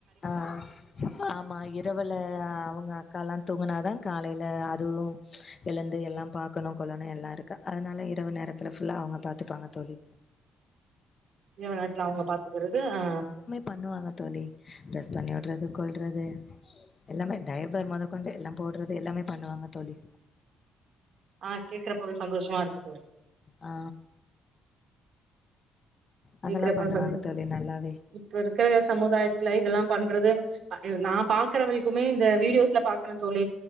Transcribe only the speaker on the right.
இரவுநேரத்துல அவுங்க பாத்துக்கிறது ஆ
ஆ கேக்குறப்பவே சந்தோஷமா இருக்கு தோழி
கேக்றப்பவே
சமி
இப்ப இருக்க சமுதாயத் ல இதெல்லா பண்றது நா பாக் கற வரைக்குமே இந்த வீடியோஸ்ல பாக்குறே தோழி